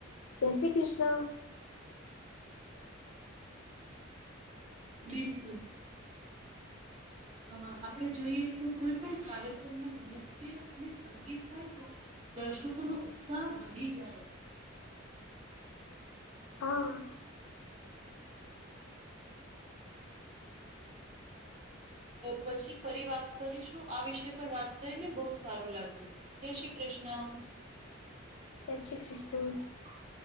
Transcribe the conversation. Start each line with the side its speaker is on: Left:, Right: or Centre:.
Left: જય શ્રી કૃષ્ણ
Right: બિલકુલ અ આપડે જોઈએ તો કોઈ પણ કાર્યક્રમમાં નત્ય અને સંગીત હોય તો દર્શકો નો ઉત્સાહ વધી જાય છે
Left: હા
Right: પછી ફરી વાત કરીશું આ વિષ પણ વાત કરીને બહુ સારું લાગ્યું જય શ્રી કૃષ્ણ
Left: જય શ્રી કૃષ્ણ
Right: હ <unintelligible>